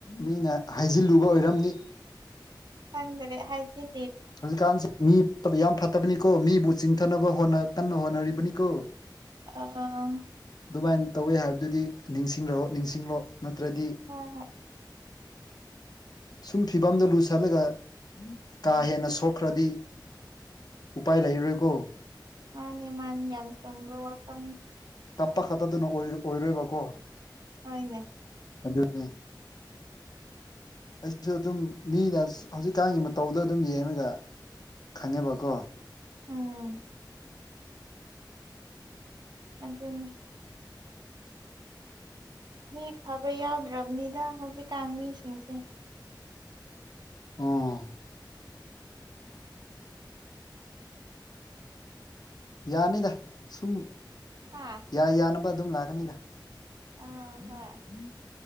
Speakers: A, on the left (about 55°); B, on the right (about 65°).
A: ꯃꯤꯅ ꯍꯥꯏꯩꯖꯤꯜꯂꯨꯕ ꯑꯣꯏꯔꯝꯅꯤ
B: ꯈꯪꯗ꯭ꯔꯦ ꯍꯥꯏꯖꯤ
A: ꯍꯧꯖꯤꯛꯀꯥꯟꯁꯤ ꯃꯤ ꯐ ꯌꯥꯝ ꯐꯠꯇꯕꯅꯤ ꯀꯣ ꯃꯤꯕꯨ ꯆꯤꯡꯊꯅꯕ ꯍꯣꯠꯅ ꯀꯟꯅ ꯍꯣꯠꯅꯔꯤꯕꯅꯤꯀꯣ
B: ꯑꯥ
A: ꯑꯗꯨꯃꯥꯏꯅ ꯇꯧꯋꯦ ꯍꯥꯏꯕꯗꯨꯗꯤ ꯅꯤꯡꯁꯤꯡꯂꯣ ꯅꯤꯡꯁꯤꯡꯂꯣ ꯅꯠꯇ꯭ꯔꯗꯤ
B: ꯍꯣꯏ ꯍꯣꯏ
A: ꯁꯨꯝ ꯐꯤꯕꯝꯗꯣ ꯂꯨꯁꯜꯂꯒ ꯀꯥ ꯍꯦꯟꯅ ꯁꯣꯛꯈ꯭ꯔꯗꯤ ꯎꯄꯥꯥꯏ ꯂꯩꯔꯀ
B: ꯑꯅꯤ ꯃꯥꯅꯤ ꯌꯥꯝ ꯆ꯭ꯔꯣ ꯋꯥꯔ ꯀ
A: ꯇꯞꯄ ꯈꯛꯇꯗꯅ ꯑꯣꯏꯔꯣꯏꯕꯀꯣ
B: ꯍꯅꯦ
A: ꯑꯗꯨꯅꯦ ꯑꯩꯁꯨ ꯑꯗꯨꯝ ꯃꯤꯅ ꯍꯧꯖꯤꯛꯀꯥꯟꯒꯤ ꯃꯇꯧꯗ ꯑꯗꯨꯝ ꯌꯦꯡꯉꯒ ꯈꯪꯉꯦꯕꯀꯣ
B: ꯎꯝ ꯑꯗꯨꯅꯤ ꯃꯤ ꯐꯕ ꯌꯥꯎꯗ꯭ꯔꯕꯅꯤꯗ ꯍꯧꯖꯤꯛꯀꯥꯟ ꯃꯤꯁꯤꯡꯁꯦ
A: ꯎꯝ ꯌꯥꯅꯤꯗ ꯁꯨꯝ
B: ꯍꯥꯥ
A: ꯌꯥꯏ ꯌꯥꯅꯕ ꯑꯗꯨꯝ ꯂꯥꯛꯀꯅꯤꯗ
B: ꯑꯥ
A: ꯎꯝ
B: ꯍꯣꯏ
A: ꯎꯝ